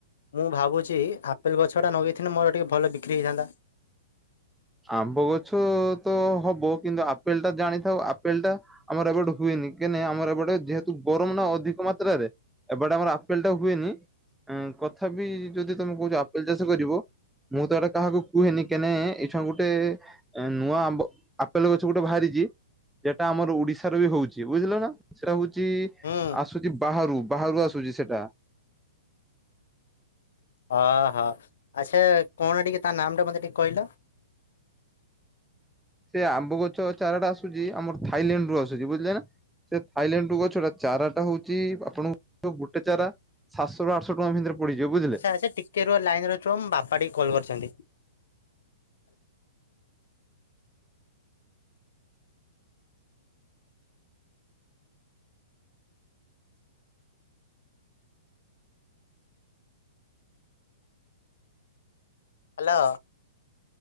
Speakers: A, on the left; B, in the centre.
A: ମୁଁ ଭାବୁଛି ଆପେଲ ଗଛ ଟା ଲଗେଇଥିଲେ ମୋର ଟିକେ ଭଲ ବିକ୍ରି ହେଇଥାନ୍ତା।
B: ଆମ୍ବ ଗଛ ତ ହବ କିନ୍ତୁ ଆପେଲ ଟା ଜାଣିଥାଓ ଆପେଲ ଟା ଆମର ଏବେଟେ ହୁଏନି କାହିଁଁ ଆମର ଏବେଟେ ଯେହେତୁ ଗରମ ନା ଅଧିକ ମାତ୍ରାରେ ଏବେଟେ ଆମର ଆପେଲ ଟା ହୁଏନି କଥାପି ଯଦି ତମେ କହୁଛ ଆପେଲ ଚାଷ କରିବ ମୁଁ ତ ଏଇଟେ କାହାକୁ କୁହେନି କେନେ ଛାଗୁଟେ ନୂଆ ଆମ୍ୱ ଆପେଲ ଗଛ ଗୋଟେ ବାହାରିଛି ଯେଟା ଆମର ଓଡିଶାର ବି ହଉଛି ବୁଝିଲ ନା। ସେଟା ହଉଛି
A: ହୁଁ
B: ଆସୁଛି ବାହାରୁ ବାହାରୁ ଆସୁଛି ସେଟା
A: ଆହା ଆଚ୍ଛା କଣ ଟିକେ ତା ନାମ ଟା ମତେ ଟିକେ କହିଲ।
B: ସେ ଆମ୍ବ ଗଛ ଚାରାଟା ଆସୁଛି ଆମର ଥାଇଲାଣ୍ଡ ରୁ ଆସୁଛି ବୁଝିଲେ ନା ସେ ଥାଇଲାଣ୍ଡରୁୁ ଗଛଟା ଚାରାଟା ହଉଛି ଆପଣଙ୍କୁ ଗୋଟେ ଚାରା ସାତଶହ ର ଆଠଶ ଟଙ୍କା ଭିତରେ ପଡିଯିବ ବୁଝିଲେ
A: ଆଚ୍ଛା ଆଚ୍ଛା ଟିକେ ରୁହ ଲାଇନ ରୁହ ବାପା ଟିକେ କଲ କରିଛନ୍ତି। ହାଲୋ।